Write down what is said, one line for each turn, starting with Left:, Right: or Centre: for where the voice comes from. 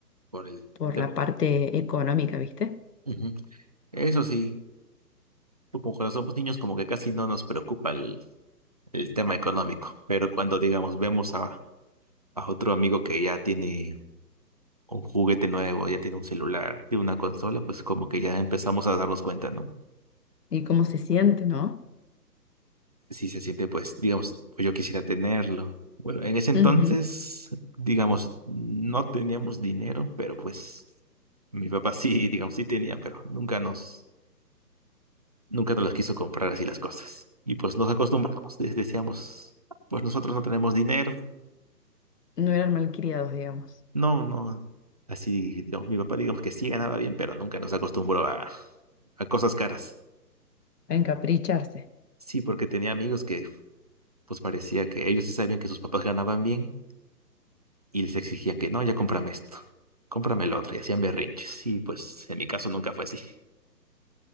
Right: por el
Left: por
Right: tema.
Left: la parte económica, ¿viste?
Right: Ujú. Eso sí, tú como cuando somos niños, como que casi no nos preocupa el, el tema económico. Pero cuando, digamos, vemos a, a otro amigo que ya tiene un juguete nuevo, ya tiene un celular, tiene una consola, pues como que ya empezamos a darnos cuenta, ¿no?
Left: Y cómo se siente, ¿no?
Right: Si se siente, pues, digamos, pues yo quisiera tenerlo. Bueno, en ese entonces,
Left: Ujú.
Right: digamos, no teníamos dinero, pero pues mi papá sí, digamos, sí tenía, pero nunca nos, nunca nos las quiso comprar así las cosas. Y pues nos acostumbramos, de- decíamos, pues nosotros no tenemos dinero,
Left: No eran malcriados, digamos,
Right: no, no. Así, digamos, mi papá, digamos que sí ganaba bien, pero nunca nos acostumbró a, a cosas caras.
Left: a encapricharse.
Right: Sí, porque tenía amigos que pues parecía que ellos sí sabían que sus papás ganaban bien y les exigían que no, ya cómprame esto, cómprame el otro y hacían berrinches. Y pues en mi caso nunca fue así.